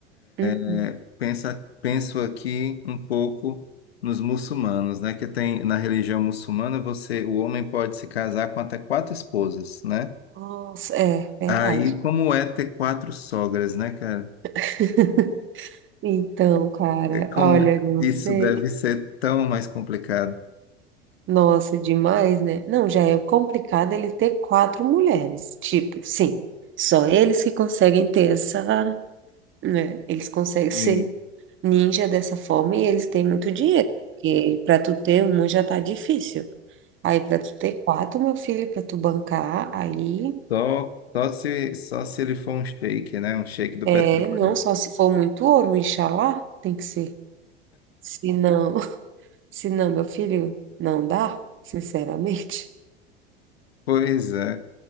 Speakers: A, on the right; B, on the left.
A: Hum.
B: É, pensa, penso aqui um pouco nos muçulmanos, né? Que tem na religião muçulmana você, o homem pode se casar com até quatro esposas, né?
A: Nossa, é verdade.
B: Aí como é ter quatro sogras, né, cara?
A: <laughs> Então, cara,
B: É Como
A: olha, não
B: isso
A: sei.
B: deve ser tão mais complicado.
A: Nossa, demais, né? Não, já é complicado ele ter quatro mulheres. Tipo, sim, só eles que conseguem ter essa, né? Eles conseguem <laughs> ser
B: Sim.
A: ninja dessa forma e eles têm muito dinheiro. Porque para tu ter uma já tá difícil. Aí para tu ter quatro, meu filho, para tu bancar, aí
B: Só, só se, só se ele for um sheik, né? Um sheik do
A: é,
B: petróleo.
A: não só se for muito ouro, inxalá, tem que ser. Se não, <laughs> se não, meu filho, não dá, sinceramente,
B: Pois é.